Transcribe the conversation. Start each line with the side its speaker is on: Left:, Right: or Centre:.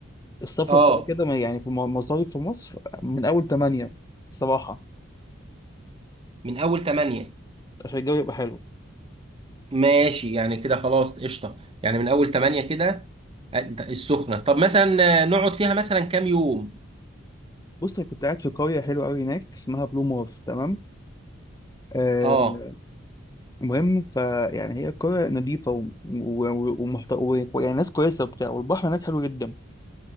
Left: السفر
Right: اه
Left: كده كده ما- يعني في المصايف في مصر من أول تمانية الصراحة
Right: من اول تمانية
Left: عشان الجو يبقى حلو
Right: ماشي يعني كده خلاص قشطة يعني من اول تمانية كده آه، السخنة طب مثلا آه، نقعد فيها مثلا كام يوم
Left: بص أنا كنت قاعد في قرية حلوة أوي هناك اسمها بلو مار تمام آه،
Right: اه
Left: المهم فيعني هي قرية نظيفة و- و- و... ومحت- و- يعني ناس كويسة وبتاع والبحر هناك حلو جدا